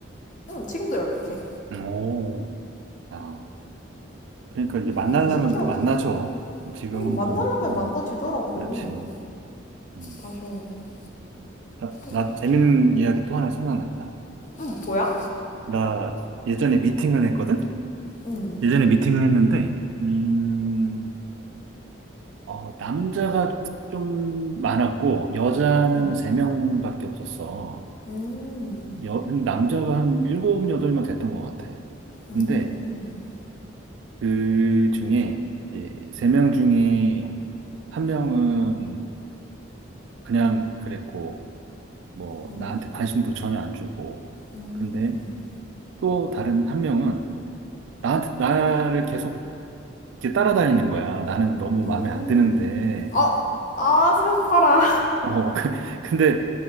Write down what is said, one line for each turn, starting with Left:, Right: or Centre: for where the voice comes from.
Left: 응, 지금도 연락해.
Right: 오, 아, 그러니까 이게 만나려면
Left: 되게 신기하지?
Right: 또 만나죠. 지금은
Left: 응, 만나려면
Right: 뭐, 어,
Left: 만나지더라고.
Right: 그렇지. 음.
Left: 맞아. 뭐
Right: 나, 나
Left: 자꾸
Right: 재밌는
Left: 지
Right: 이야기 또 하나 생각났다.
Left: 응, 뭐야?
Right: 나 예전에 미팅을 했거든?
Left: 응,
Right: 예전에 미팅을 했는데, 음, 어, 남자가 좀 많았고, 여자는
Left: 응.
Right: 세명밖에 없었어.
Left: 음,
Right: 여, 남자가 한 일곱 여덟 명 됐던 것 같아. 근데
Left: 음,
Right: 그 중에, 이제 3명 중에 한 명은 그냥 그랬고, 뭐,
Left: 음,
Right: 나한테 관심도 전혀 안 주고.
Left: 음,
Right: 근데 또 다른 한 명은 나한테, 나를 계속 이렇게 따라다니는 거야. 나는 너무
Left: 음.
Right: 마음에 안 드는데.
Left: 아, 아, 슬퍼라.
Right: 어, <laughs> 그- 근데